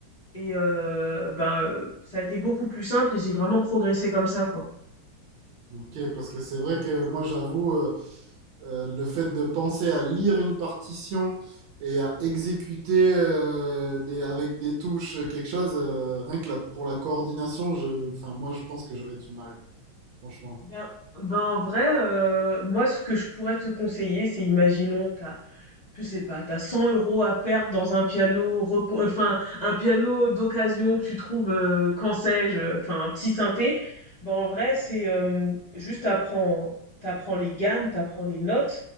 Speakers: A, on the left (about 60°); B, on the right (about 75°).
A: Et euh, ben, euh, ça a été beaucoup plus simple et j'ai vraiment progressé comme ça, quoi.
B: Ok, parce que c'est vrai que moi j'avoue. euh, Euh, le fait de penser à lire une partition et à exécuter euh, des- avec des touches quelque chose, euh, rien que la- pour la coordination, je, enfin, moi je pense que j'aurais du mal, franchement.
A: Ben, ben en vrai, euh, moi ce que je pourrais te conseiller, c'est imaginons t'as, je sais pas, t'as 100 euros à perdre dans un piano, reco- euh, enfin un piano d'occasion que tu trouves, euh, quand sais-je, euh, enfin un petit synthé. Ben en vrai, c'est euh, juste t'apprends, t'apprends les gammes, t'apprends les notes,